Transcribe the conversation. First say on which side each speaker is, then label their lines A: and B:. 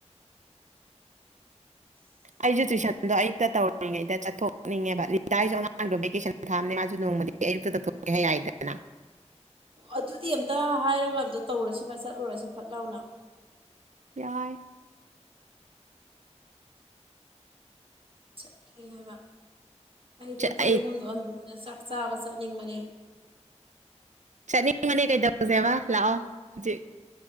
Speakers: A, on the right (about 50°); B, on the right (about 85°).
A: <unintelligible>
B: ꯑꯩꯁꯨ ꯇꯨꯏꯁꯟꯗꯣ ꯑꯌꯨꯛꯇ ꯇꯧꯔꯤꯉꯩꯗ ꯆꯠꯊꯣꯛꯅꯤꯡꯉꯦꯕ ꯂꯤꯇꯥꯏꯖꯁꯨ ꯑꯉꯥꯡꯗꯣ ꯚꯦꯀꯦꯁꯟ ꯊꯥꯕꯅꯦ ꯃꯥꯁꯨ ꯅꯣꯡꯃꯗꯤ ꯑꯌꯨꯛꯇ ꯇꯧꯊꯣꯛꯀꯦ ꯍꯥꯏ ꯌꯥꯏꯗꯅ
A: ꯑꯣ ꯑꯗꯨꯗꯤ ꯑꯝꯇ ꯍꯥꯏꯔꯒ ꯑꯝꯇ ꯇꯧꯔꯁꯤꯕ ꯆꯠꯂꯨꯔꯁꯤ ꯐꯠ ꯂꯥꯎꯅ
B: ꯑꯥꯏ
A: ꯆꯠꯅꯤꯡꯉꯦ ꯍꯥꯏꯕ ꯑꯩꯗꯤ ꯑꯩꯈꯣꯏ
B: ꯑꯩ
A: ꯑꯍꯨꯝꯗꯣ ꯑꯟꯗ꯭ꯔꯣꯗ ꯆꯥꯛ ꯆꯥꯕ ꯆꯠꯅꯤꯡꯕꯅꯦ
B: ꯆꯅꯤꯡꯕꯅ‌ꯦ ꯀꯩꯗꯧꯖ‌ꯦꯕ ꯂꯥꯛꯑꫭ ꯍꯧꯖꯤꯛ